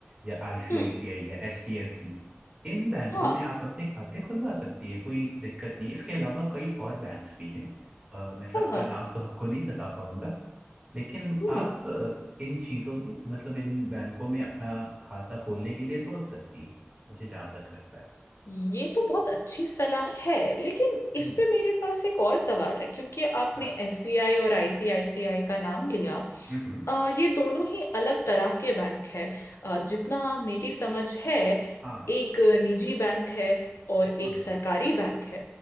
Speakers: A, on the right; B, on the left.
A: या आईसीआईसीआई
B: हम्म,
A: या एचडीएफसी इन बैंकों
B: हाँ
A: में आप अपने खाते खुलवा सकती है कोई दिक्कत नहीं इसके अलावा कई और बैंक्स भी हैं अ, मैं सबका
B: हाँ हाँ
A: नाम तो आपको नहीं बता पाऊंगा लेकिन
B: हम्म
A: आप अ, इन चीजों में मतलब इन बैंकों में अपना खाता खोलने के लिए सोच सकती है मुझे जहाँ तक लगता है
B: ये तो बहुत अच्छी सलाह है लेकिन इस
A: हम्म
B: पे मेरे पास एक और सवाल है क्योंकि आपने
A: हाँ
B: एसबीआई और आईसीआईसीआई का नाम लिया
A: हम्म हम्म,
B: अ, ये दोनों ही अलग तरह के बैंक है अ, जितना मेरी समझ है
A: हाँ
B: एक निजी बैंक है और
A: हाँ
B: एक सरकारी बैंक है